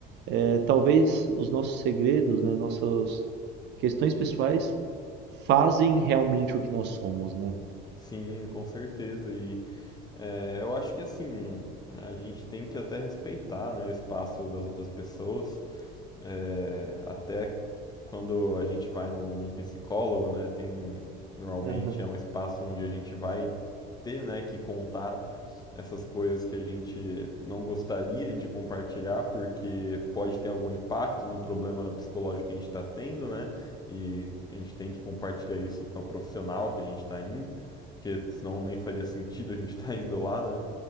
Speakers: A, on the right; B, on the left.
A: É, talvez os nossos segredos, né, nossas questões pessoais fazem realmente o que nós somos, né?
B: sim, com certeza. E é, eu acho que assim, a gente tem que até respeitar, né, o espaço das outras pessoas. É, até quando a gente vai num, num psicólogo, né, tem normalmente
A: Aham.
B: é um espaço onde a gente vai ter, né, que contar essas coisas que a gente não gostaria de compartilhar, porque pode ter algum impacto no problema psicológico que a gente está tendo, né? E a gente tem que compartilhar isso com a profissional que a gente está indo, porque senão nem faria sentido a gente <laughs> estar indo lá, né?